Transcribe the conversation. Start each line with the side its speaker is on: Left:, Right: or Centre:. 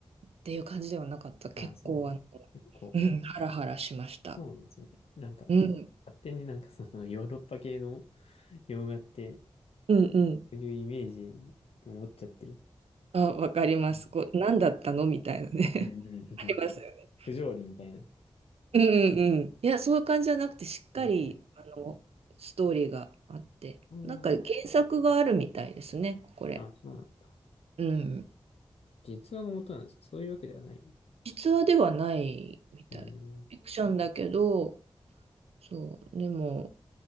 Right: ていう感じではなかった。結構、
Left: ああ、そうなんだ。
Right: あの、
Left: 結構、
Right: うん、ハラハラしました。
Left: そうなんですね。なんか、
Right: うん。
Left: 勝手になんかそのヨーロッパ系の洋画って、
Right: うんうん。
Left: そういうイメージを持っちゃってる。
Right: あ、わかります。
Left: うん
Right: こう、何だったのみたいなね。
Left: うんうんうん不条理みたいな。
Right: <laughs> ありますよねうんうんうん。いや、そういう感じじゃなくて、しっかり、
Left: はいはい。
Right: あの、ストーリーがあって、
Left: うん。
Right: なんか原作があるみたいですね、これ。
Left: あ、そうなんだ。
Right: うん。
Left: 実話が元なんですかそういうわけではない。
Right: 実話ではないみたい。
Left: うん。
Right: フィクションだけど、そう、でも、